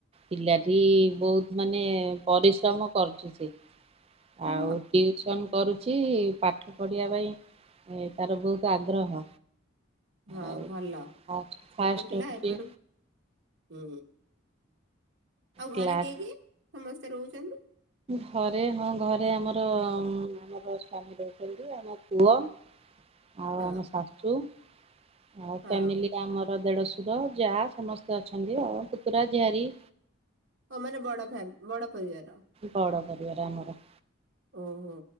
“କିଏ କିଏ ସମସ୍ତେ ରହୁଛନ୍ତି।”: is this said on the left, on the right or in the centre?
Right